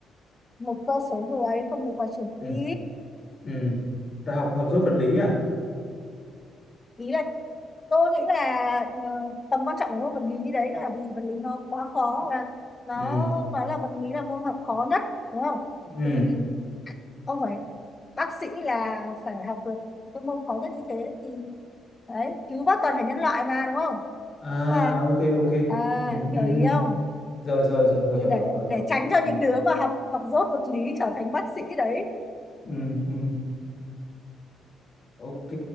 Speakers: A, on the left; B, on the left.
A: một cơ số người không được vào trường
B: ừ
A: y
B: ừ ta học học dốt vật lý à
A: ý là tôi nghĩ là ờ, tầm quan trọng của môn vật lý đấy là vì vật lý nó quá khó và nó
B: ừ
A: nó là vật lý là môn học khó nhất đúng không
B: ừ
A: thì ông phải bác sĩ là phải học được cái môn khó nhất như thế thì đấy cứu vớt toàn thể nhân loại mà đúng không
B: à,
A: mà
B: à ok ok
A: à,
B: ừ ừ
A: hiểu ý
B: ừ
A: không
B: rồi rồi rồi rồi hiểu
A: để
B: rồi rồi
A: để
B: rồi
A: tránh cho
B: ừ
A: những đứa mà học học dốt vật lý trở thành bác sĩ đấy
B: ừ ừ ok